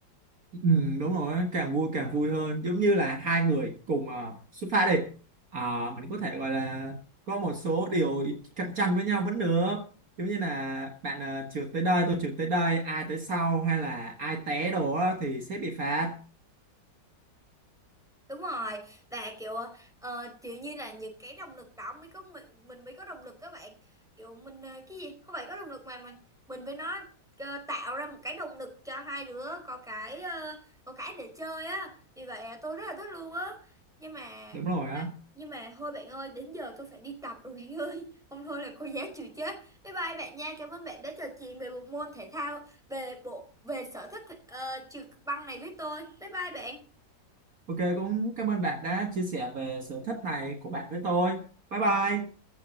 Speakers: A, on the right; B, in the centre.
A: Ừ, đúng rồi á, càng vui càng vui hơn giống như là hai người cùng à, xuất phát đi à, mình có thể gọi là có một số điều cạnh tranh với nhau vẫn được giống như là bạn à, trượt tới đây tôi trượt tới đây ai tới sau hay là ai té đồ á, thì sẽ bị phạt
B: đúng rồi và kiểu ờ, kiểu như là những cái động lực đó mới có mình mình mới có động lực các bạn kiểu mình ờ, cái gì không phải có động lực mà mình mình với nó ờ, tạo ra một cái động lực cho hai đứa có cái ờ, có cái để chơi á vì vậy tôi rất là thích luôn á nhưng mà
A: đúng rồi á
B: Nhưng mà thôi bạn ơi, đến giờ tôi phải đi tập rồi bạn ơi. <laughs> Không thôi là cô giáo chịu chết. Bye bye bạn nha. Cảm ơn bạn đã trò chuyện về bộ môn thể thao, về bộ về sở thích uh, trượt băng này với tôi. Bye bye bạn.
A: ok cũng cảm ơn bạn đã chia sẻ về sở thích này của bạn với tôi bye bye